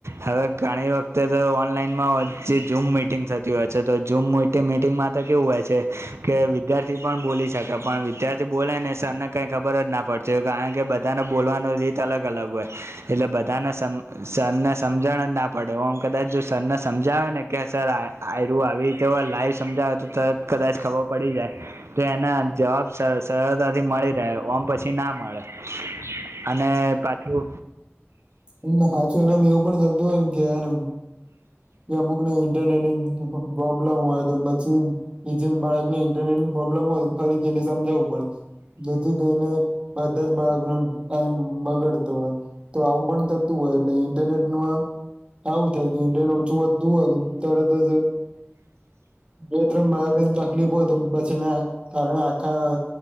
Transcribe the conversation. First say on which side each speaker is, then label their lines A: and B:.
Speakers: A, on the right; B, on the right.
A: હવે ઘણી વખતે તો ઓનલાઈનમાં જે ઝૂમ મીટ મ થતી હોય છે તો મ મિટિંગમાં તો કેવું હોય છે કે વિદ્યાર્થી પણ બોલી શકે પણ વિયાર થી બોલાય ને સરને કઈ ખબર જ ના પડતી કારણ કે બધાનેવાનું રીત અલગ અલગ હોય. એટલે બધાને સમ સરને સમજણ જ ના પડેું કદાચ જો સરને સમજાવે ને કે સર આ આરું આવીતેવાય લાઈવ સમજાવે તો તરત કદાચ ખબર પડી જાય. તો એના જવાબ સરળતાથી મળી રહે ઓમ પછી ના મળે અને પાછું
B: હમ હાું એના એવું પણ થ <unintelligible> પ્રોબ્લેમ હોય તો જે એ જેમ બાળક ને ઇન્ટરનેટની પ્રોબ્લેમ હોય ફરીથી એને સમજાવવું પડે જેથી કરીઈને બધા જ બાળકો ન ટાઈમ બગાડતો હોય તો આવું પણ થતું હોય એટલે ઇન્ટરનેટમાં આવું થાય ન ઓછું વધતું હોય તરત જ બેથરૂમ બાર તકલીફો બ છેને કારણે આખા